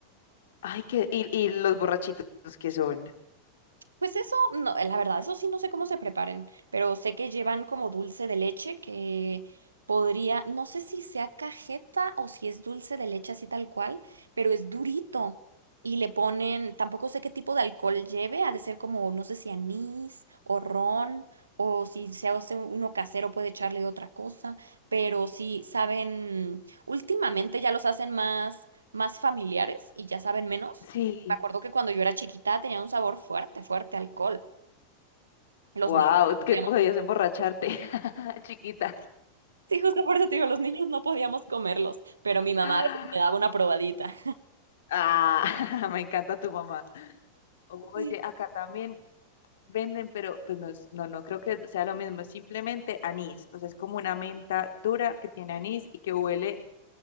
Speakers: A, on the left; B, on the right.
A: Ay, que, y, y los borrachitos que son.
B: Pues eso, no, la verdad, eso sí no sé cómo se preparen, pero sé que llevan como dulce de leche que podría, no sé si sea cajeta o si es dulce de leche así tal cual, pero es durito y le ponen, tampoco sé qué tipo de alcohol lleve, ha de ser como, no sé si anís o ron o si se hace uno casero puede echarle otra cosa, pero sí saben, últimamente ya los hacen más, más familiares y ya saben menos.
A: Sí,
B: Me acuerdo que cuando yo era chiquita tenía un sabor fuerte, fuerte, a alcohol. Los
A: Wow,
B: niños,
A: que
B: no
A: podías
B: <laughs>
A: emborracharte, <laughs> chiquita.
B: sí, justo por eso te digo, los niños no podíamos comerlos, pero mi mamá
A: Ah,
B: a veces me daba una probadita.
A: <laughs> me encanta tu mamá. oye,
B: Sí.
A: acá también venden, pero pues no, es- no, no creo que sea lo mismo, es simplemente anís, o sea, es como una menta dura que tiene anís y que huele